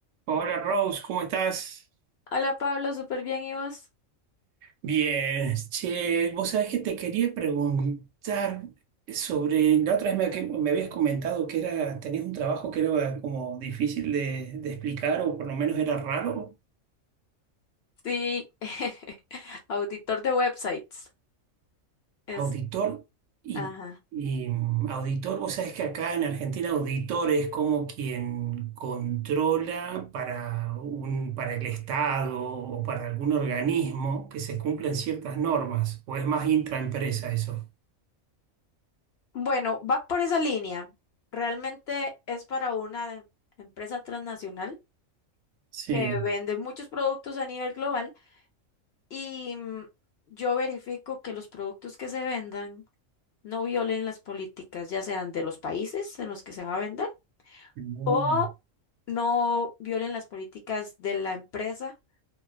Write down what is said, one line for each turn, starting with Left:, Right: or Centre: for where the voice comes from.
Right: Hola Rose, ¿cómo estás?
Left: Hola Pablo, súper bien, ¿y vos?
Right: Bien, che, vos sabés que te quería preguntar sobre, la otra vez me, que me habías comentado que era, tenías un trabajo que era como difícil de, de explicar o por lo menos era raro,
Left: Sí, <laughs> auditor de websites. Es,
Right: auditor y,
Left: ajá.
Right: y, mm, auditor, vos sabés que acá en Argentina auditor es como quien controla para un, para el Estado o para algún organismo que se cumplan ciertas normas, o es más intraempresa eso.
Left: Bueno, va por esa línea. Realmente es para una empresa transnacional
Right: Sí.
Left: que vende muchos productos a nivel global y mm, yo verifico que los productos que se vendan no violen las políticas, ya sean de los países en los que se va a vender
Right: Mm.
Left: o no violen las políticas de la empresa